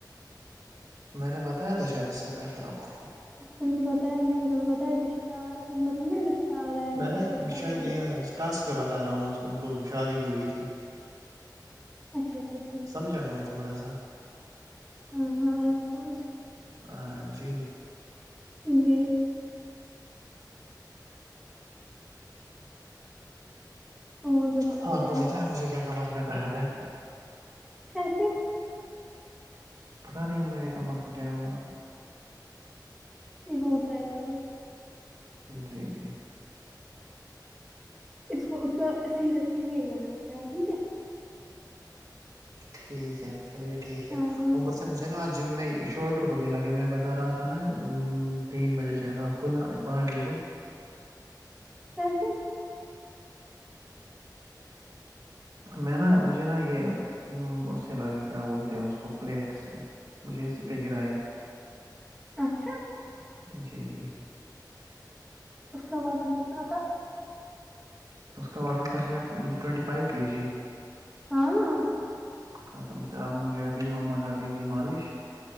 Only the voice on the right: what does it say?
میں نے بتایا تھا شاید اس سے پہلے آپ کو
میں نا
شاید
یہ
ٹاسک پہ بتا رہا ہوں ان کو شادی بھی ہوئی تھی
سمجھا کرو تھوڑا سا
ہاں جی
ہاں آپ کو پتا ہے مجھے کیا کمر میں درد ہے
پتا نہیں میرے کمر کو کیا ہوا
جی جی
ٹھیک ہے چلیے ٹھیک ہے
اوپر سے مجھے نا جم میں شولڈر کو بھی لگے میں بتا رہا تھا نا تین بجے شاید آپ کو نہ پانچ بجے
میں نا مجھے نا یہ اس سے لگی کیا بولتے ہیں اس کو پلیٹ سے مجھے اسی پہ گرا ہے
جی جی
اس کا وٹن تھا شاید ٹین فائیو کے جی
قسم سے آب مجھے ابھی مما کر رہی تھی مالش